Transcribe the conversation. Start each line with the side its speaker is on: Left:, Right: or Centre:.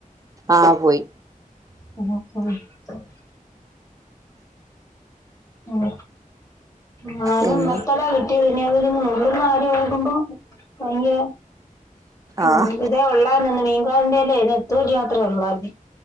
Right: ആഹ് പോയി.
Left: <unintelligible> ഉം ഞാനിന്നെത്തൊലാ
Right: പിന്നെ
Left: കിട്ടി. <unintelligible> നുള്ളുന്ന കാര്യോർക്കുമ്പോ ഭയങ്കര ഉം
Right: ആഹ്
Left: ഇതേ ഒള്ളാരുന്ന് മീൻകാരന്റെലെ നെത്തോലി മാത്രേ ഒള്ളാരുന്നു.